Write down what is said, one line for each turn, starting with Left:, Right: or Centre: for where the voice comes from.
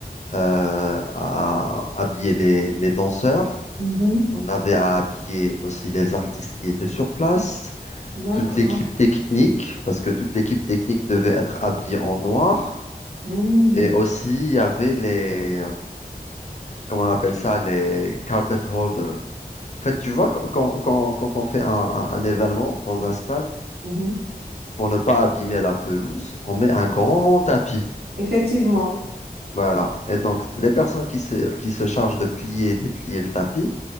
Left: euh, à habiller les, les danseurs.
Right: Mhm.
Left: On avait à habiller aussi les artistes qui étaient sur place,
Right: D'accord.
Left: toute l'équipe technique, parce que toute l'équipe technique devait être habillée en noir.
Right: Mmh,
Left: Et aussi, il y avait les, euh, comment on appelle ça, les carpet holders. En fait, tu vois, qu- quand, quand, quand on fait un, un- un événement dans un stade,
Right: mhm.
Left: pour ne pas abîmer la pelouse, on met un grand tapis.
Right: Effectivement.
Left: Voilà. Et donc, les personnes qui se, qui se chargent de plier et déplier le tapis,